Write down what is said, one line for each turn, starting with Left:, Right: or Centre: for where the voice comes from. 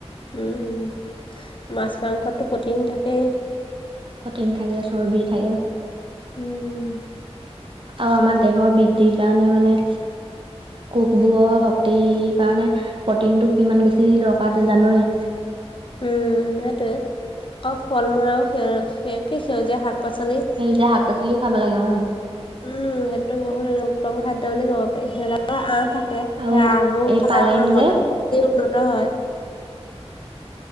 Left: উম' মাছ মাংসটো প্ৰটিন থাকেই।
Right: প্ৰটিন থাকে, চৰ্বি থাকে।
Left: উম
Right: আৰু আমাৰ দেহৰ বৃদ্ধিৰ কাৰণে মানে কোষবোৰৰ শক্তিৰ কাৰণে প্ৰটিন টো কিমান বেছি দৰকাৰ তই জানোৱেই।
Left: উম' সেইটয়ে আকৌ ফল মূল আৰু সে কি সেউজীয়া শাক পাচলিত।
Right: সেউজীয়া শাক পাচলিও খাব লাগে উম।
Left: উম' সেইটো বহুত উত্তম খাদ্য বুলি ক'ব পাৰি। সিহঁতৰ আহ থাকে,
Right: আৰু
Left: সেই আহ বোৰ
Right: এই
Left: খালে
Right: পালেং
Left: আমাৰ
Right: যে,
Left: হজম শক্তি উন্নত হয়।